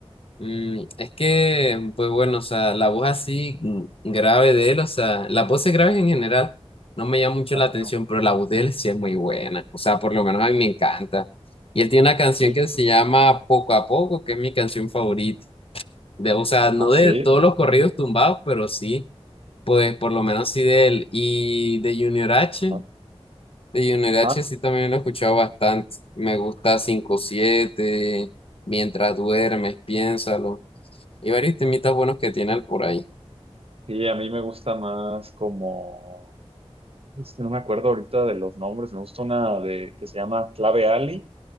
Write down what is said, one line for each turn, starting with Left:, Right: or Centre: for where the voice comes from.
Left: Mm, es que, pues bueno, o sea, la voz así mm, grave de él, o sea, las voces graves en general no me llama mucho
Right: Ajá.
Left: la atención, pero la voz de él sí es muy buena, o sea, por lo menos a mí me encanta. Y él tiene una canción
Right: Sí,
Left: que se llama Poco a Poco, que es mi canción favorita, de, o sea, no
Right: ah, sí,
Left: de todos los corridos tumbados, pero sí, pues por lo menos sí de él. Y de Junior H,
Right: ajá,
Left: de Junior H
Right: ajá.
Left: sí también lo he escuchado bastante, me gusta cinco siete Mientras duermes, piénsalo. Y varios temitas buenos que tiene él por ahí.
Right: Sí, a mí me gusta más como, es que no me acuerdo ahorita de los nombres, me gusta una de que se llama Clave Ali